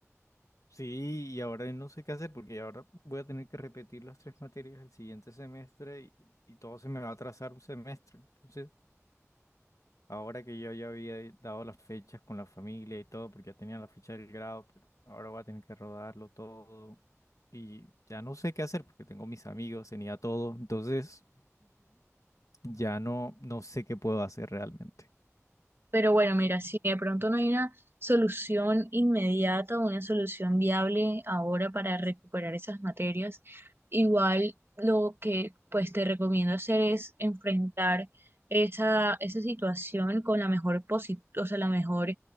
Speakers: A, on the left (about 80°); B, on the right (about 45°).
A: Sí, y ahora no sé qué hacer porque ahora voy a tener que repetir las tres materias el siguiente semestre y, y todo se me va a atrasar un semestre. Entonces, ahora que yo ya había dado las fechas con la familia y todo, porque ya tenía la fecha del grado, pero ahora voy a tener que rodarlo todo y ya no sé qué hacer porque tengo mis amigos, tenía todo, entonces ya no, no sé qué puedo hacer realmente.
B: Pero bueno, mira, si de pronto no hay una solución inmediata una solución viable ahora para recuperar esas materias, igual lo que pues te recomiendo hacer es enfrentar esa, esa situación con la mejor posi- o sea, la mejor,